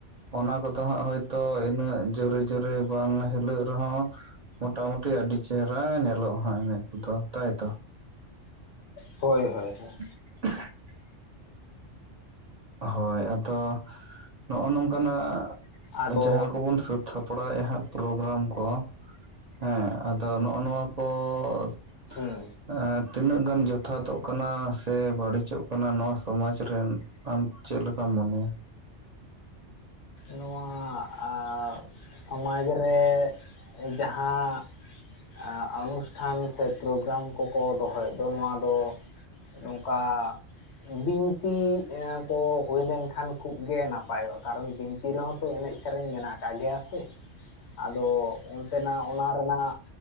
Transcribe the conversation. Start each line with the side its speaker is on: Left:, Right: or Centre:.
Right: ᱚᱱᱟ ᱠᱚᱼᱫᱚ ᱦᱟᱸᱜ ᱦᱳᱭᱛᱳ ᱤᱱᱟᱹᱜ ᱡᱳᱨᱮ, ᱡᱳᱨᱮ ᱵᱟᱝ ᱦᱤᱞᱟᱹᱜ ᱨᱮᱦᱚᱸ ᱼᱼ ᱢᱚᱴᱟᱢᱩᱴᱤ ᱟᱹᱰᱤ ᱪᱮᱦᱨᱟ ᱧᱮᱞᱚᱜᱼᱟ᱾ ᱦᱟᱸᱜ ᱮᱱᱮᱡ ᱠᱚᱫᱚ। ᱛᱟᱭᱛᱚ?
Left: ᱦᱳᱭ ᱦᱳᱭ ᱦᱳᱭ
Right: <inaudible> ᱦᱳᱭ ᱟᱫᱚ, ᱱᱚᱜᱼᱚ ᱱᱚᱝᱠᱟᱱᱟᱼᱜ
Left: ᱟᱫᱚ
Right: ᱡᱟᱦᱟᱸ ᱠᱚᱵᱚᱱ ᱥᱟᱹᱛ ᱼᱼ ᱥᱟᱯᱲᱟᱣᱮᱫᱼᱟ ᱦᱟᱸᱜ, ᱯᱨᱳᱜᱨᱟᱢ ᱠᱚ, ᱦᱮᱸ, ᱟᱫᱚ ᱱᱚᱜᱼᱚ ᱱᱚᱣᱟ ᱠᱚ ᱼᱼ
Left: ᱦᱩᱸ
Right: ᱮᱸ ᱛᱤᱱᱟᱹᱜ ᱜᱟᱱ ᱡᱚᱛᱷᱟᱛᱚ-ᱜ ᱠᱟᱱᱟ? ᱥᱮ ᱵᱟᱹᱲᱤᱡᱚᱜ ᱠᱟᱱᱟ ᱱᱚᱣᱟ ᱥᱚᱢᱟᱡᱽ ᱨᱮᱱ ᱟᱢ ᱪᱮᱫ ᱞᱮᱠᱟᱢ ᱢᱚᱱᱮᱭᱟ?
Left: ᱱᱚᱣᱟ ᱟᱨ ᱥᱚᱢᱟᱡᱽ ᱨᱮ ᱡᱟᱦᱟᱸ ᱼᱼ ᱟᱻ ᱚᱱᱩᱥᱴᱷᱟᱱ ᱥᱮ ᱯᱨᱳᱜᱨᱟᱢ ᱠᱚᱠᱚ ᱫᱚᱦᱚᱭᱮᱫ ᱫᱚ, ᱱᱚᱣᱟ ᱫᱚ ᱼᱼ ᱱᱚᱝᱠᱟᱻ ᱵᱤᱱᱛᱤ ᱮᱸ ᱠᱚ ᱦᱩᱭᱞ ᱞᱮᱱ ᱠᱷᱟᱱ ᱠᱷᱩᱵ ᱜᱮ ᱱᱟᱯᱟᱭᱚᱜᱼᱟ। ᱠᱟᱨᱚᱱ ᱵᱤᱱ ᱛᱤ ᱨᱮᱦᱚᱸ ᱛᱚ ᱮᱱᱮᱡ ᱥᱮᱨᱮᱧ ᱢᱮᱱᱟᱜ ᱟᱠᱟᱫ ᱜᱮᱭᱟ ᱥᱮ। ᱟᱫᱚ ᱚᱱᱛᱮᱱᱟᱜ ᱚᱱᱟ ᱨᱮᱱᱟᱜ